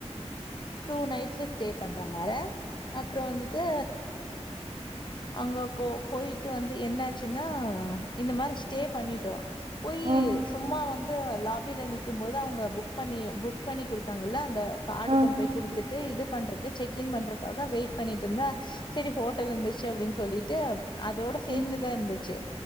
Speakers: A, on the left (about 40°); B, on the right (about 65°).
A: டூ நைட்ஸ் ஸ்டே பண்ற மார அப்றோ வந்துட்டு அங்க போ போயிட்டு வந்து து என்ன ஆச்சின்னா இந்த மாரி ஸ்டே பண்ணிட்டோ போயி
B: ம்
A: சும்மா வந்து லாபி கீழ நிக்கும் போது அவுங்க புக் பண்ணி புக் பண்ணி குடுத்தாங்கல்ல அந்த கார்டு
B: ம்
A: கொண்டு போய் குடுத்துட் டு இது பண்றக்கு செக் இன் பண்றக்காக வெயிட் பண்ணிட்ருந்த சரி ஹோட்டல் இருந்துச்சு அப்டின் சொல்லிட்டு அதோட சேந்துதா
B: ம்
A: இருந்துச்சு